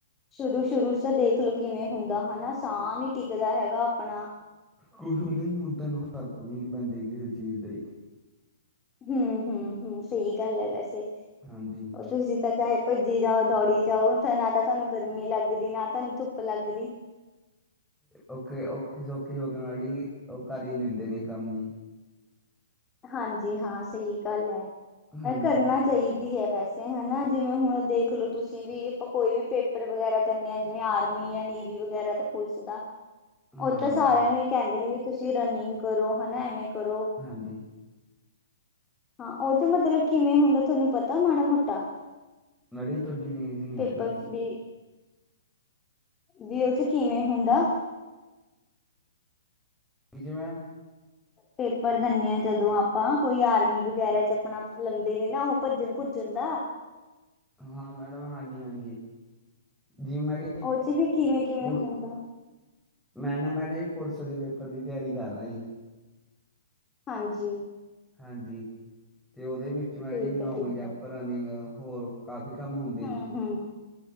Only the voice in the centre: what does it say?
ਕੁਛ ਹੁੰਦਾ ਜੀ ਮੁੰਡਿਆਂ ਨੂੰ ਫਰਕ ਵੀ ਨਹੀਂ ਪੈਂਦਾ ਕਿਸੇ ਚੀਜ਼ ਦਾ ਜੀ।
ਹਾਂਜੀ।
ਔਖੇ ਔਖੇ ਸੌਖੀ ਹੋ ਕੇ ਮਾੜੀ ਉਹ ਕਰ ਹੀ ਲੈਂਦੇ ਨੇ ਕੰਮ ਜੀ।
ਹਾਂਜੀ
ਹਾਂ
ਜੀ
ਹਾਂਜੀ
ਮੈੜ ਤੁਹਾਡੀ ਰੇਂਜ ਨਹੀਂ
ਆ ਰਹੀ।
ਕਿ ਜ ਮੈ
ਹਾਂ ਮੈਡਮ ਹਾਂਜੀ ਹਾਂਜੀ। ਜੀਮਾੜ
ਮਪ
ਮੈਂ ਨਾ ਮੈਡ ਵੀ ਪੁਲਿਸ ਦੇ ਪੇਪਰ ਦੀ ਤਿਆਰੀ ਕਰ ਰਿਹਾ ਸੀ।
ਹਾਂਜੀ ਤੇ ਉਹਦੇ ਵਿੱਚ ਮੈਂ
ਜ ਲੋਂਗ
ਜਾਂਪ
ਰਨਿੰਗ ਹੋਰ ਕਾਫੀ ਕੰਮ ਹੁੰਦਾ